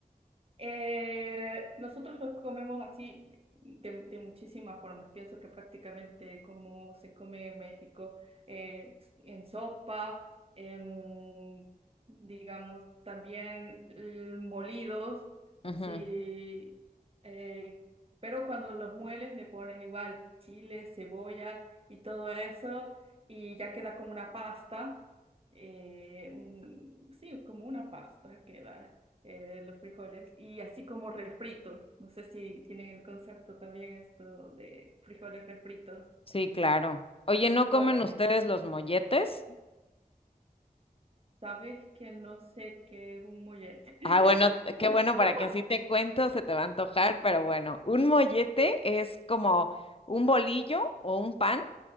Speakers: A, on the right; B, on the left.
A: Eh, nosotros los comemos así de, de muchísimas formas. Pienso que prácticamente como se come en México, eh, en sopa, en, digamos, también eh, molidos, así.
B: Ujú,
A: eh, pero cuando los mueles le pones igual chile, cebolla y todo eso, y ya queda como una pasta. eh, un- sí, como una pasta queda eh, los frijoles, y así como refritos. No sé si tienen el concepto también esto de frijoles refritos.
B: Sí, claro. Oye, ¿no comen
A: Ok,
B: ustedes los molletes?
A: sabes que no sé qué es un mollete. <laughs>
B: Ah, bueno, qué bueno, para que así te cuento, se te va a antojar, pero bueno, un mollete es como un bolillo o un pan,